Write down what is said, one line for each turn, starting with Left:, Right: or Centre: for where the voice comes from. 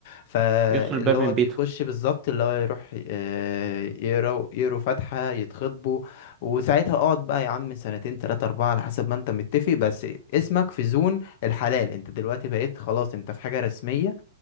Left: فاللي
Right: يدخل الباب
Left: هو
Right: من
Left: بيخش
Right: بيته
Left: بالظبط اللي هو يروح آه، يقرا يقروا فاتحه يتخطبوا وساعتها اقعد بقى يا عم سنتين تلاتة اربعة على حسب ما انت متفق بس اسمك في زون الحلال انت دلوقتي بقيت خلاص انت في حاجه رسميه